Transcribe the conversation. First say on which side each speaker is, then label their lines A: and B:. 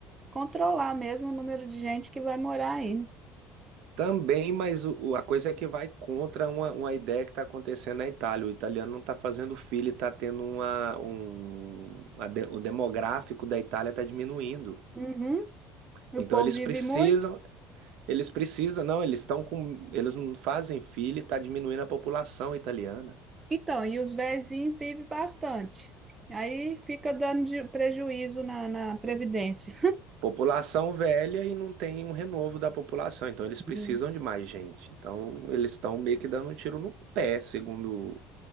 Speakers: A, on the right; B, on the right.
A: controlar mesmo o número de gente que vai morar aí.
B: Também, mas o- o- a coisa é que vai contra uma, uma ideia que está acontecendo na Itália. O italiano não está fazendo filho, está tendo uma, um, a de- o demográfico da Itália está diminuindo.
A: Uhum. O
B: Então
A: povo
B: eles
A: vive
B: precisam,
A: muito.
B: Eles precisam, não, eles estão com, eles não fazem filho e tá diminuindo a população italiana.
A: Então, e os vizinhos vivem bastante. Aí fica dando de- prejuízo na, na Previdência.
B: População velha e não tem um renovo da população, então eles precisam
A: Hum.
B: de mais gente. Então eles estão meio que dando um tiro no pé, segundo